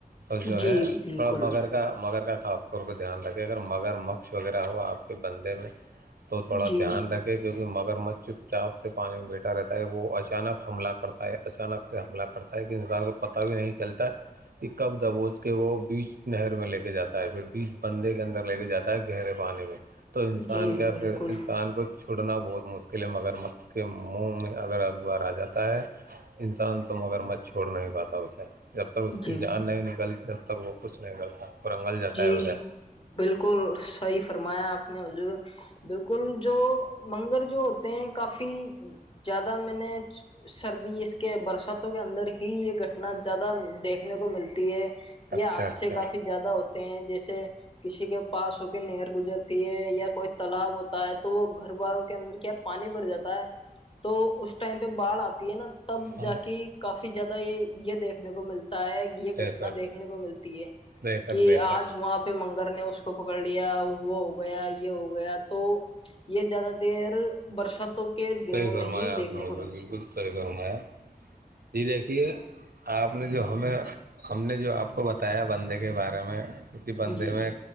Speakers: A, on the right; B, on the left.
A: اور جو
B: جی
A: ہے
B: بالکل
A: تھوڑا بغیر کا مگر کا خاص طور پہ دھیان رکھے اگر مگر مقش وغیرہ ہو آپ کے بندے میں تو تھوڑا
B: جی
A: دھیان رکھے کیکہ مگر مچ چپ چاپ سے پانی میں بیٹھا رہتا ہے وہ اچانک حملہ کر کرتا ہے اچانک سے حملہ کرتا ہے کہ انسان کو پتا بھی نہیں چلتا ہے کہ کب دبوچ کے وہ بیچ نہر میں لے کے جاتا ہے پھر بیچ بندے کے اندر لے کے جاتا ہے گہرے پانی میں تو انسان
B: جی
A: کیا
B: بالکل
A: پھر انسان کو چھوڑنا بہت مشکل ہے مگر مک کے منہ میں اگر اخبار آ جاتا ہے انسان تو مگر مت چھوڑ نہیں پاتا اسے جب تک اس کی
B: جی
A: جان نہیں نکلتی جب تک وہ کچھ نہیں کرتا اور انگل جاتا
B: جی
A: ہے اسے
B: بالکل صحیح فرمایا آپ نے حض بالکل جو منگر جو ہوتے ہیں کافی پ <unintelligible> زیادہ میں نے سردی اس کے برساتوں کے اندر ہی یہ گھٹنا زیادہ دیکھنے کو ملتی ہے
A: اچھا
B: یہ آج
A: اچھا
B: سے کافی ہوتے ہیں جیسے کسی کے پاس ہو کے نہر گزرتی ہے یا کوئی تالاب ہوتا ہے تو وہ گھر والوں کے اندر کیا پانی بھر جاتا ہے تو اس ٹائم پہ باھ آتا نا تب
A: ہاں
B: جا کے کافی زیادہ یہ یہ دیکھنے کو ملتا ہے یہ گھٹنا
A: ایسا
B: دیکھنے کو ملتی ہے
A: بے شک
B: کہ
A: بے
B: آج
A: شک
B: وہاں پہ لنگر نے اس کو پکڑ لیا وہ ہو گیا یہ ہو گیا تو یہ زیادہ دیر برساتوں کے دنوں
A: صحیح فرمایا
B: میں ہی
A: آپ
B: دیکھنے
A: نے حضور
B: کو ملتی
A: بالکل
B: ہے
A: صحیح فرمایا جی دیکھیے آپ نے جو ہمیں ہم نے جو آپ کو بتایا بندے کے بارے میں بندے
B: جی
A: میں